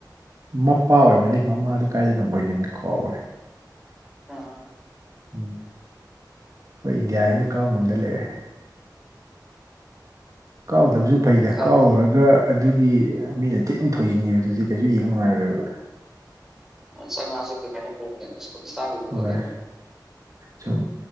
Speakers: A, on the right; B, in the centre.
A: ꯃꯄꯥ ꯑꯣꯏꯔꯝꯒꯅꯤ ꯃꯃꯥꯗꯨ ꯀꯥꯏꯗꯩꯅꯣꯝ ꯑꯣꯏꯒꯤꯕꯅꯤ ꯀꯥꯎꯒꯔꯦ
B: ꯑꯥ
A: ꯎꯝ ꯑꯈꯣꯏ ꯏꯟꯗꯤꯌꯥꯖꯤꯅ ꯀꯥꯎ ꯉꯝꯗ ꯂꯩꯔꯦ ꯀꯥꯎꯗꯕꯖꯨ ꯐꯩꯗ
B: ꯈꯪꯗꯦꯅꯦ
A: ꯀꯥꯎꯔꯨꯔꯒ ꯑꯗꯨꯒꯤ ꯃꯤꯅ ꯊꯤꯟ ꯊꯣꯏꯖꯤꯟꯒꯤꯕꯗꯨꯗꯤ ꯀꯩꯁꯨ ꯌꯦꯡ ꯅꯨꯡꯉꯥꯏꯔꯣꯏꯕ
B: ꯁꯁꯣ ꯄꯨꯄꯁꯣ <unintelligible>
A: ꯍꯣꯏ ꯁꯨꯝ